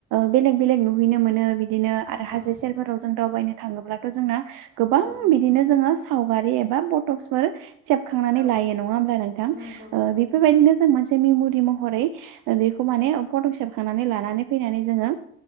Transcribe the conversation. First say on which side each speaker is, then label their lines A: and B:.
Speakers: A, on the right; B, on the right.
A: बेलेग बेलेग नुहैनो मोनो बिदिनो आरो
B: नंगौ
A: हाजो सेरफोराव जों दावबायनो थाङोब्लाथ' जोंना गोबां
B: औ
A: बिदिनो जोङो सावगारि एबा फटक्सफोर सेबखांनानै
B: औ
A: लायो नङा होमब्ला नोंथां
B: नंगौ
A: ओ
B: नंगौ
A: बेफोरबायदिनो
B: नोंथां
A: जों मोनसे मेम'रि महरै बेखौ माने फटस सेबखांनानै लानानै फैनानै जोङो